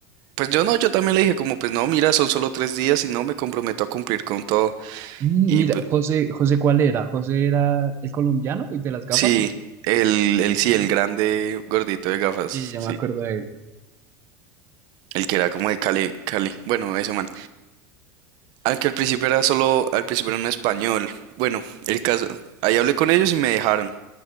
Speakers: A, on the right; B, on the right.
A: pues yo no, yo también le dije como pues no, mira, son solo tres días y no me comprometo a cumplir con todo.
B: mm,
A: Y
B: mira,
A: pues,
B: José, José, ¿cuál era? José era el colombiano y de las gafas.
A: sí, el, el
B: Sí,
A: sí, el grande gordito de gafas,
B: ya
A: sí.
B: me acuerdo de él.
A: El que era como de Cali, Cali, bueno, ese man. Al que al principio era solo, al principio era en español. Bueno, el caso, ahí hablé con ellos y me dejaron.